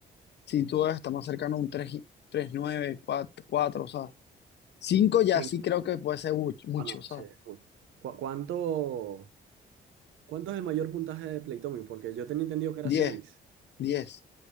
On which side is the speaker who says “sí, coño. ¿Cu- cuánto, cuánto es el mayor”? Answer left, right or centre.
Right